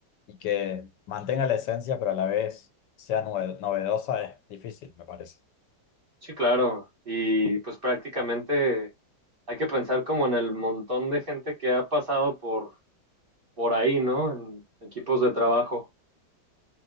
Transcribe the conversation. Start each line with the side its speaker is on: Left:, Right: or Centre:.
Left: y que mantenga la esencia, pero a la vez sea nue- novedosa es difícil, me parece.
Right: sí, claro. Y pues prácticamente hay que pensar como en el montón de gente que ha pasado por, por ahí, ¿no? En equipos de trabajo.